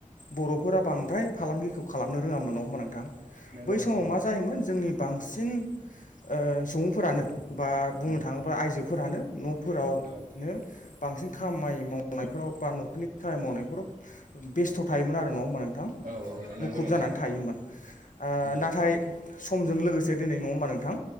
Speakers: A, on the left; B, on the right.
A: बर'फोरा बांद्राय फालांगिखौ खालामनो रोङामोन नङा होनबा नोंथां
B: नंगौ
A: बै
B: नंगौ
A: समाव मा जायोमोन जोंनि बांसिन ओ सुबुंफोरानो बा बुंनो
B: उम
A: थाङोब्ला आइजोफोरानो न' फोरावनो
B: औ
A: बांसिन खामानि मावनायफोराव बा न'खरनि खामानि मावनायफोराव बेस्थ' थायोमोन आरो नङा होमबा नोंथां नोंथां
B: औ औ नंगौ
A: मुखुब
B: नोंथां
A: जानानै थायोमोन
B: उम
A: नाथाय सम जों लोगोसे दिनै नङा होमबा नोंथां